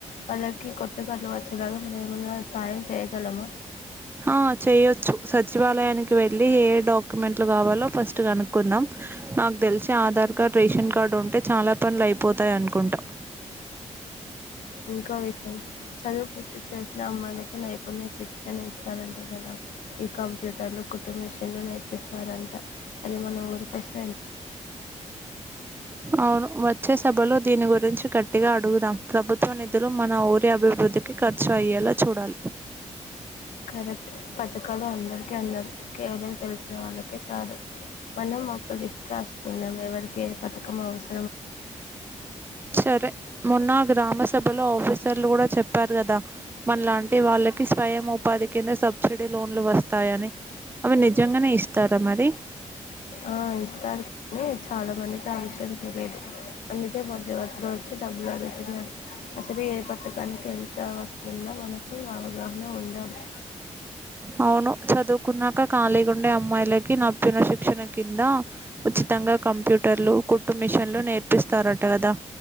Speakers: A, on the left (about 85°); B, on the right (about 15°).
A: వాళ్ళకి కొత్త కరలు వచ్చేలాగా మనం ఏమన్నా సాయం చేయగలము
B: ఆ చేయొచ్చు సచివాలయానికి వెళ్ళలి ఏడు డాక్యుమెంట్లు కావాలో ఫస్ట్ కనుక్కుందాం నాకు తెలిసి ఆధార్ కార్డ్ రేషన్ కార్డ్ ఉంటే చాలా పనులు అయిపోతాయి అనుకుంటాం
A: ఇంకో విషయం చదువు పూర్తి చేసిన అమ్మాయిలకు నైపుణ్య శిక్షణస్త రాలంటే కదా ఈ కంప్యూటర్లు కుటుం మెషన్లు నట్ పిస్తారంట అది మన ఊరిక వా
B: అవును వచ్చే సభలో దీని గురించి గట్టిగా అడుగుదాం ప్రభుత్వ నిధులు మన ఊరి అభివృద్ధికి ఖర్చు అయ్యేలా చూడాలి
A: కరెక్ట్ పతుకలు అన్న ఎరిక ఉన్నారు కేవలం తెలిసిన వాళ్ళకే కాదు మనం ఒక లిస్ట్ రాసుకున్నాం ఎవరికి కే పథకం అవస్
B: సరే మొన్న గ్రామ సభలో ఆఫీసర్లు కూడా చెప్పారు కదా మనలాంటి వాళ్ళకి స్వయం ఉపాధి కింద సబ్సిడీ లోన్లు వస్తాయా అని అవి నిజంగానే ఇస్తారా మరి
A: ఆ ఇస్తారు కానీ చాలా మందికి ఆ విషయ లు తెలియదు అందుకే మధ్యవర్తిలు వచ్చి డబ్బులు అడుగుతున్నారు అసలు ఏ పథకానికి ఎంత వస్తుందో మనకు అవగాహన ఉండాలి
B: అవును చదువు కున్నాక ఖళీగా ఉండే అమ్మాయిలకి నా చెప్పిన శిక్షణ కింద ఉచితంగా కంప్యూటర్లు కుట్టు మిషన్లు నేర్పిస్తారట కదా